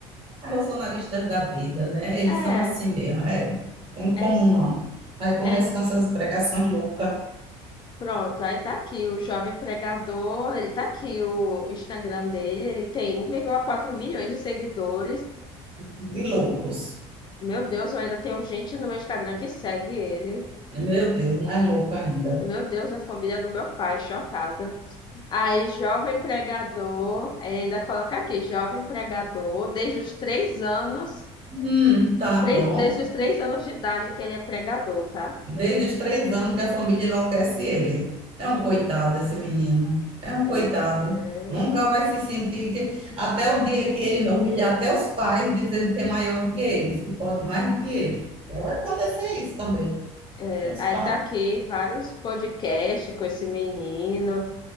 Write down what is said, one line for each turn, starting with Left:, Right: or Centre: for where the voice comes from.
Right: Bolsonaristas da vida, né? Eles
Left: É,
Right: são assim mesmo, é. Tem
Left: é,
Right: como
Left: isso-
Right: não. Aí começa
Left: é.
Right: com essas pregações loucas,
Left: Pronto, aí tá aqui o jovem pregador, ele tá aqui o Instagram dele, ele tem um, vírgula quatro milhões de seguidores.
Right: de loucos.
Left: Meu Deus, eu ainda tenho gente no meu Instagram que segue ele.
Right: Meu Deus, mais louco ainda.
Left: Meu Deus, na família do meu pai, chocada. Aí, jovem pregador, aí ainda coloca aqui, jovem pregador, desde os três anos,
Right: Hum, tá
Left: três,
Right: bom.
Left: desde os três anos de idade que ele é pregador, tá?
Right: Desde os três anos que a família enlouquece ele. É um coitado esse menino. É um
Left: É,
Right: coitado. Nunca vai se sentir que. Até o dia que ele humilhar até os pais, dizendo que é maior do que eles, que pode mais do que eles. Porque Vai acontecer isso também.
Left: é,
Right: Os
Left: Aí
Right: pais.
Left: tá aqui vários podcasts com esse menino.